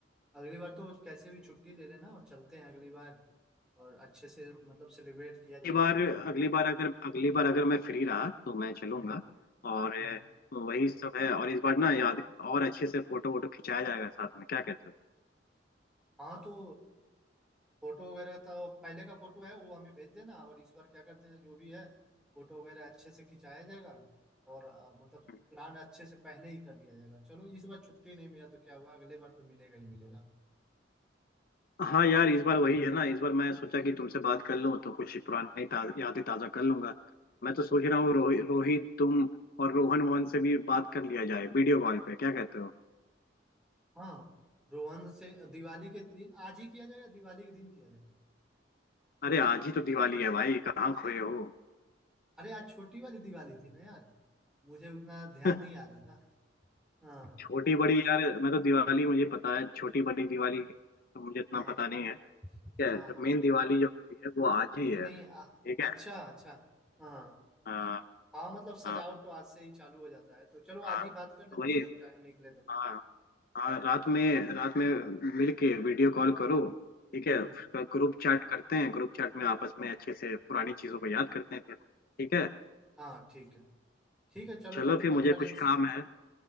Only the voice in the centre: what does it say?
अगली बार तो कैसे भी छुट्टी ले लेना और चलते हैं अगली बार और अच्छे से मतलब सेलिब्रेट किया
जाएगा
दिवाली
हम्म,
हम्म।
हाँ तो फोटो वगैरह का पहले का फोटो है वो हमें भेज देना और इस बार क्या करते हैं जो भी है फोटो वगैरह अच्छे से खिंचाया जाएगा और अ, मतलब
प्लान अच्छे से पहले ही कर लिया जाएगा चलो इस बार छुट्टी नहीं मिला तो क्या हुआ अगले बार तो मिलेगा ही मिलेगा
हाँ रोहन से दिवाली के दिन आज ही किया जाए या दिवाली के दिन किया जाए
अरे आज छोटी वाली दिवाली थी ना यार मुझे उतना ध्यान
नहीं आ रहा था हाँ
हाँ
हाँ
हाँ
नहीं
नहीं आ,
अच्छा अच्छा हाँ हाँ
हाँ, मतलब सजावट
तो आज से ही चालू हो जाता है तो चलो
आज ही बात कर लेते
हैं जब टाइम निकले तो
हम्म
हाँ ठीक है ठीक है चलो
तब
कॉन्फ्रेंस